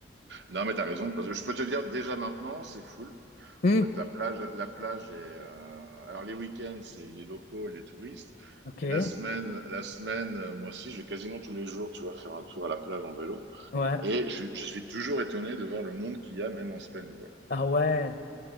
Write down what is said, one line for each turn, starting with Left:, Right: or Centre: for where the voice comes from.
Right: Non, mais t'as raison, parce que je peux te dire déjà maintenant, c'est full.
Left: Hmm,
Right: En fait, la plage, la plage est... euh, Alors, les week-ends, c'est les locaux et les touristes.
Left: OK,
Right: La semaine, la semaine, euh, moi aussi, je vais quasiment tous les jours, tu vas faire un tour à la plage en vélo.
Left: ouais.
Right: Et je, je suis toujours étonné de voir le monde qu'il y a, même en semaine, quoi.
Left: Ah ouais.